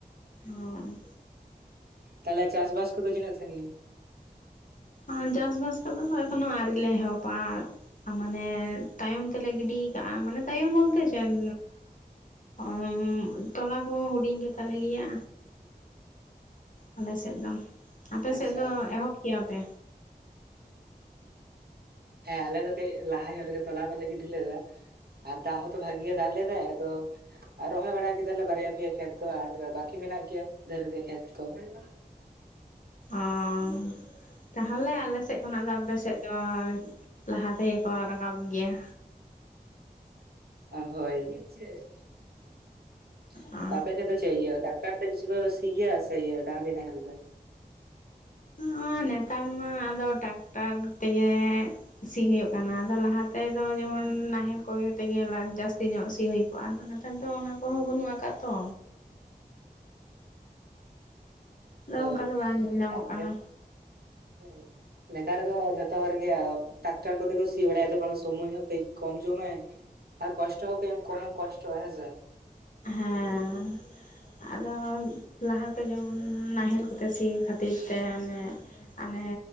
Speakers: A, on the left; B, on the right.
A: ᱦᱚᱸ
B: ᱛᱟᱞᱦᱮ ᱪᱟᱥ ᱵᱟᱥ ᱠᱚᱫᱚ ᱛᱤᱱᱟᱹᱜ ᱥᱟᱺᱜᱤᱧ
A: ᱚᱸ ᱪᱟᱥ ᱵᱟᱥ ᱠᱚᱫᱚ ᱮᱠᱷᱚᱱᱳ ᱟᱨᱤ ᱞᱮ ᱮᱦᱚᱵᱟ ᱢᱟᱱᱮ ᱛᱟᱭᱚᱢ ᱛᱮᱞᱮ ᱜᱤᱰᱤ ᱠᱟᱜᱼᱟ ᱢᱟᱱᱮ ᱛᱟᱭᱚᱢ ᱵᱚᱞᱛᱮ ᱪᱮᱫ ᱟᱸ ᱚᱢ ᱛᱚᱞᱟ ᱠᱚ ᱦᱩᱰᱤᱧ ᱜᱮ ᱛᱟᱞᱮ ᱜᱮᱭᱟ
B: <unintelligible>
A: ᱟᱞᱮ ᱥᱮᱫ ᱫᱚ ᱟᱯᱮ
B: ᱟᱪᱪᱷᱟ
A: ᱥᱮᱫ ᱫᱚ ᱮᱦᱚᱵ ᱠᱮᱼᱟᱯᱮ
B: ᱦᱮ ᱟᱞᱮ ᱫᱚ ᱠᱟᱹᱡ ᱞᱟᱦᱟ ᱧᱚᱜ ᱨᱮᱜᱮ ᱛᱚᱞᱟ ᱠᱚᱞᱮ ᱜᱤᱰᱤ ᱞᱮᱟ ᱟᱨ ᱫᱟᱜ ᱦᱚᱛᱚ ᱵᱷᱟᱜᱤ ᱜᱮ ᱫᱟᱜ ᱞᱮᱫᱟᱭ ᱟᱫᱚ ᱟᱨ ᱨᱚᱦᱚᱭ ᱵᱟᱲᱟ ᱠᱮᱫᱟᱞᱮ ᱵᱟᱨᱭᱟ ᱯᱮᱭᱟ ᱠᱷᱮᱛ ᱫᱚ ᱟᱨ ᱵᱟᱠᱤ ᱢᱮᱱᱟᱜ ᱜᱮᱭᱟ ᱫᱟᱹᱨ ᱜᱮ ᱠᱷᱮᱛ ᱠᱚ <unintelligible>
A: ᱚ--ᱛᱟᱦᱚᱞᱮ ᱟᱞᱮᱥᱮᱫ ᱠᱷᱚᱱᱟᱜ ᱫᱚ ᱟᱯᱮᱥᱮᱫ ᱫᱚ ᱞᱟᱦᱟ ᱛᱮᱜᱮ ᱠᱚ ᱨᱟᱠᱟᱵ ᱜᱮᱭᱟ
B: ᱚ ᱦᱳᱭ <unintelligible>
A: ᱚ
B: ᱟᱯᱮ ᱥᱮᱜ ᱫᱚ ᱪᱮᱜ ᱤᱭᱟᱹ <unintelligible> ᱵᱮᱥᱤ ᱠᱚ ᱥᱤᱜᱮᱭᱟ ᱥᱮ ᱤᱭᱟᱹ ᱰᱟᱝᱨᱤ ᱱᱟᱦᱮᱞ ᱛᱮ
A: ᱦᱚᱸ--ᱱᱮᱛᱟᱨ ᱢᱟ ᱟᱫᱚ ᱴᱟᱠᱴᱟᱨ ᱛᱮᱜᱮ ᱥᱤ ᱦᱩᱭᱩᱜ ᱠᱟᱱᱟ ᱟᱫᱚ ᱞᱟᱦᱟ ᱛᱮᱫᱚ ᱡᱮᱢᱚᱱ ᱱᱟᱦᱮᱞ ᱠᱚᱜᱮ ᱛᱮᱜᱮ ᱡᱟᱥᱛᱤ ᱧᱚᱜ ᱥᱤ ᱦᱩᱭ ᱚ ᱟᱫᱚ ᱱᱮᱛᱟᱨ ᱫᱚ ᱚᱱᱟ ᱠᱚᱦᱚᱸ ᱵᱟᱹᱱᱩᱜ ᱠᱟᱜᱼᱟ ᱛᱚ ᱟᱫᱚ
B: ᱦᱳᱭ
A: ᱚᱱᱠᱟ ᱫᱚ ᱵᱟᱝ ᱧᱮᱞ ᱧᱟᱢᱚᱜ
B: ᱛᱟᱦᱚᱞᱮ
A: ᱠᱟᱱᱟ
B: <unintelligible> ᱱᱮᱛᱟᱨ ᱫᱚ ᱡᱷᱚᱛᱚ ᱦᱚᱲ ᱜᱮ ᱴᱟᱠᱴᱟᱨ ᱠᱚᱛᱮ ᱠᱚ ᱥᱤ ᱵᱟᱲᱟᱭᱫᱟᱠᱚ ᱠᱚ ᱚᱱᱟ ᱥᱚᱢᱚᱭ ᱦᱚᱸ ᱠᱟᱹᱡ ᱠᱚᱢ ᱡᱚᱢᱟᱭ ᱟᱨ ᱠᱚᱥᱴᱚ ᱦᱚᱸ ᱠᱟᱹᱡ ᱠᱚᱢᱮᱢ ᱠᱚᱥᱴᱚᱼᱟ ᱦᱮᱸ ᱥᱮ
A: ᱦᱮᱸ ᱟᱫᱚ ᱞᱟᱦᱟᱛᱮ ᱡᱮᱢᱚᱱ ᱱᱟᱦᱮᱞ ᱠᱚᱛᱮ ᱥᱤ ᱠᱷᱟᱹᱛᱤᱨ ᱛᱮ ᱚᱱᱮ ᱟᱱᱮᱻ